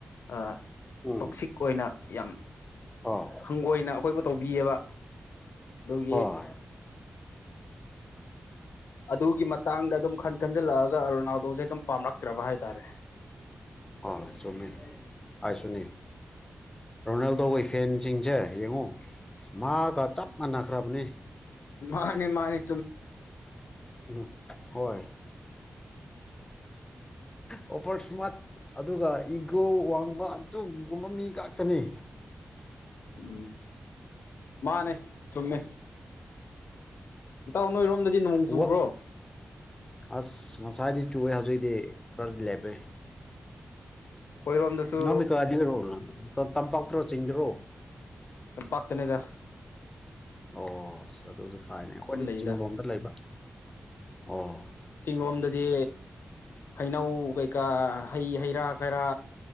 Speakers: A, on the left; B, on the left.
A: ꯑꯥ
B: ꯎꯝ
A: ꯇꯣꯛꯁꯤꯛ ꯑꯣꯏꯅ ꯌꯥꯝ
B: ꯑꯥ
A: ꯍꯪꯒꯣꯏꯅ ꯑꯩꯈꯣꯏꯕꯨ ꯇꯧꯕꯤꯌꯦꯕ ꯑꯗꯨꯒꯤ
B: ꯍꯣꯏ
A: ꯑꯗꯨꯒꯤ ꯃꯇꯥꯡꯗ ꯑꯗꯨꯝ ꯈꯟ ꯈꯟꯖꯜꯂꯛꯑꯒ ꯔꯣꯅꯥꯗꯣꯁꯦ ꯑꯗꯨꯝ ꯄꯥꯝꯂꯛꯇ꯭ꯔꯕ ꯍꯥꯏꯇꯥꯔꯦ
B: ꯍꯣꯏ ꯍꯣꯏ ꯆꯨꯝꯃꯦ ꯑꯩꯁꯨꯅꯤ ꯔꯣꯅꯦꯜꯗꯣꯍꯣꯏ ꯐꯦꯟꯁꯤꯡꯁꯦ ꯌꯦꯡꯉꯣ ꯃꯥꯒ ꯆꯞ ꯃꯥꯟꯅꯈ꯭ꯔꯕꯅꯦ
A: ꯃꯥꯅꯤ ꯃꯥꯅꯤ
B: ꯎꯝ ꯍꯣꯏ <unintelligible> ꯑꯣꯕꯔ ꯁ꯭ꯃꯥ꯭ꯔꯠ ꯑꯗꯨꯒ ꯏꯒꯣ ꯋꯥꯡꯕ ꯑꯗꯨꯒꯨꯝꯕ ꯃꯤ ꯉꯥꯛꯇꯅꯤ
A: ꯎꯝ ꯃꯥꯅꯦ ꯆꯨꯝꯃꯦ ꯏꯇꯥꯎ ꯅꯣꯏꯔꯣꯝꯗꯗꯤ ꯅꯣꯡ
B: ꯍꯦ
A: ꯆꯨꯕ꯭ꯔꯣ
B: ꯋꯥ ꯑꯁ ꯉꯁꯥꯏꯗꯤ ꯆꯨꯋꯦ ꯍꯧꯖꯤꯛꯤ ꯈꯔꯗꯤ ꯂꯦꯞꯄꯦ
A: ꯑꯩꯈꯣꯏꯔꯣꯝꯗꯁꯨ
B: ꯅꯪ ꯀꯔꯥꯏ ꯗꯩꯩꯔꯣ ꯇꯝꯄꯥꯛꯇ꯭ꯔꯣ ꯆꯁꯤꯡꯗꯔꯣ
A: ꯇꯝꯄꯥꯛ ꯇꯅꯤꯗ
B: ꯑꯣ ꯑꯗꯨꯗꯤ ꯐꯩꯅꯦ ꯑꯩꯈꯣꯏꯗꯤ
A: ꯂꯩꯗ
B: ꯆꯤꯡꯔꯣꯝꯗ ꯂꯩꯕ ꯑꯣ
A: ꯆꯤꯡꯔꯣꯝꯗꯗꯤ ꯍꯩꯅꯧ ꯀꯩꯀꯥ ꯍꯩ ꯍꯩꯔꯥ ꯀꯩꯔꯥ